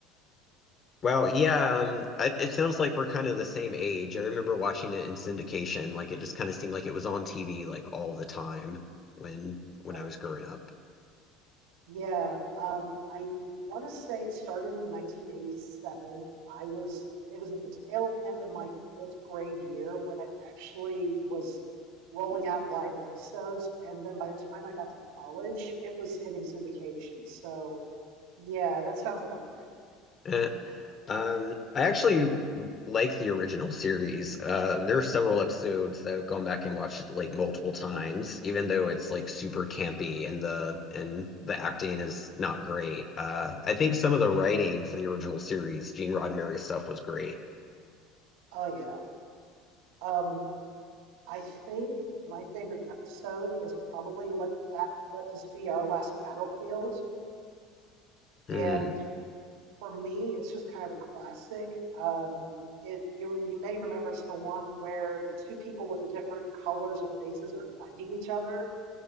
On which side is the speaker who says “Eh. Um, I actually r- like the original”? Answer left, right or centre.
Left